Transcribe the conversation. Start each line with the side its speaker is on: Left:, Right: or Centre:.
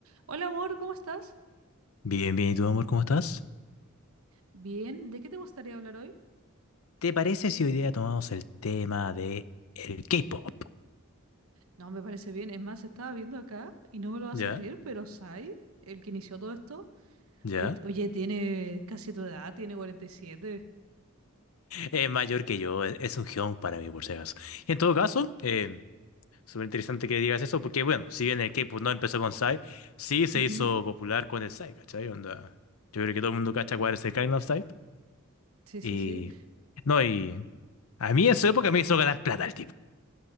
Right: Hola amor, ¿cómo estás?
Left: Bien, bien, ¿y tú, amor, cómo estás?
Right: Bien, ¿de qué te gustaría hablar hoy?
Left: ¿Te parece si hoy día tomamos el tema de el K-pop?
Right: No, me parece bien. Es más, estaba viendo acá y no me lo vas
Left: ¿Ya?
Right: a creer, pero Sai, el que inició todo esto,
Left: ¿Ya?
Right: oye, oye, tiene casi tu edad, tiene cuarenta y siete.
Left: Es mayor que yo, es, es un geón para mí, por si acaso. Y en todo caso, eh, súper interesante que digas eso, porque bueno, si bien el K-pop no empezó con Psy, sí se
Right: Ujú,
Left: hizo popular con el Psy, ¿cachai? Onda, yo creo que todo el mundo cacha cuál es el Gangnam Style.
Right: Sí, sí,
Left: Y...
Right: sí.
Left: No, y... A mí en su época me hizo ganar plata el tipo.